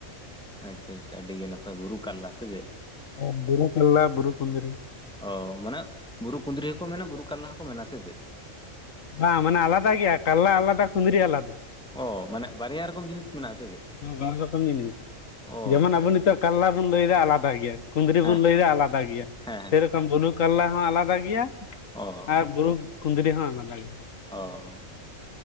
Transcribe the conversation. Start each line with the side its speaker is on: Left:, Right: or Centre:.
Centre: ᱟᱪᱷᱟ ᱟᱪᱷᱟ ᱟᱹᱰᱤᱜᱮ ᱱᱟᱯᱟᱭ ᱵᱩᱨᱩ ᱠᱟᱨᱞᱟ ᱥᱮ ᱪᱮᱫ
Left: ᱦᱚᱸ ᱵᱩᱨᱩ ᱠᱳᱨᱞᱟ ᱵᱩᱨᱩ ᱠᱩᱸᱫᱽᱨᱤ
Centre: ᱚ ᱢᱟᱱᱮ ᱵᱩᱨᱩ ᱠᱩᱸᱫᱽᱨᱤ ᱦᱚᱸᱠᱚ ᱢᱮᱱᱟ ᱵᱩᱨᱩ ᱠᱚᱨᱞᱟ ᱦᱚᱸᱠᱚ ᱢᱮᱱᱟ ᱥᱮ ᱪᱮᱫ?
Left: ᱵᱟᱸ ᱢᱟᱱᱮ ᱟᱞᱟᱫᱟ ᱜᱮᱭᱟ ᱠᱟᱞᱞᱟ ᱟᱞᱟᱫᱟ ᱠᱩᱸᱫᱽᱨᱤ ᱟᱞᱟᱫᱟ᱾
Centre: ᱚ ᱢᱟᱱᱮ ᱵᱟᱨᱭᱟ ᱨᱚᱠᱚᱢ ᱡᱤᱱᱤᱥ ᱢᱮᱱᱟᱜᱼᱟ ᱟᱥᱮ ᱪᱮᱫ?
Left: ᱵᱟᱨ ᱨᱚᱠᱚᱢ ᱡᱤᱱᱤᱥ
Centre: ᱚ
Left: ᱡᱮᱢᱚᱱ ᱟᱵᱚ ᱱᱤᱛᱚᱜ ᱠᱟᱨᱞᱟ ᱵᱚᱱ ᱞᱟᱹᱭ ᱮᱫᱟ ᱟᱞᱟᱫᱟ ᱜᱮᱭᱟ᱾ ᱠᱩᱸᱫᱽᱨᱤ
Centre: ᱦᱮᱸ
Left: ᱵᱚᱱ
Centre: ᱦᱮᱸ
Left: ᱞᱟᱹᱭᱫᱟ ᱟᱞᱟᱫᱟ ᱜᱮᱭᱟ
Centre: ᱦᱮᱸ ᱦᱮᱸ
Left: ᱥᱮᱨᱠᱚᱢ ᱵᱩᱨᱩ ᱠᱟᱨᱞᱟ ᱦᱚᱸ ᱟᱞᱟᱫᱟ ᱜᱮᱭᱟ᱾
Centre: ᱚ
Left: ᱟᱨ ᱵᱩᱨᱩᱵ ᱠᱩᱸᱫᱽᱨᱤ ᱦᱚᱸ ᱟᱞᱟᱫᱟ ᱜᱮᱭᱟ᱾
Centre: ᱚ